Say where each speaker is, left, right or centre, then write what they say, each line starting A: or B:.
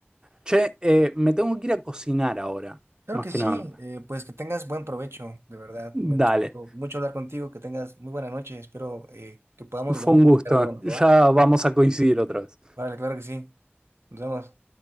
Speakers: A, on the right; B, on the right.
A: Che, eh, me tengo que ir a cocinar ahora,
B: Claro
A: más
B: que
A: que
B: sí,
A: nada.
B: eh, pues que tengas buen provecho, de verdad. Me gustó
A: Dale,
B: mucho hablar contigo, que tengas muy buena noche. Espero eh, que podamos
A: fue
B: volver a
A: un
B: platicar
A: gusto.
B: pronto,
A: Ya
B: ¿va?
A: vamos a coincidir otra vez.
B: Vale, claro que sí. Nos vemos.